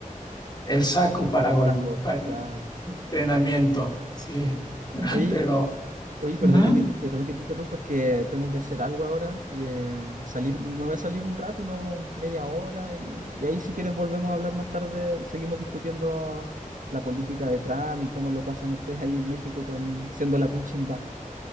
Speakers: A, on the left; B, on the right.
A: el saco para
B: saco,
A: golpe, para
B: claro.
A: entrenamiento, sí. <laughs>
B: Oye,
A: Pero,
B: oye, perdón
A: ujú,
B: que te, perdón que te interrumpa, es que tengo que hacer algo ahora. y, eh, salir, me voy a salir un rato, unos media hora, y, y ahí si quieres volvemos a hablar más tarde, seguimos discutiendo la política de Trump y cómo lo pasan ustedes ahí en México con siendo la punching bag.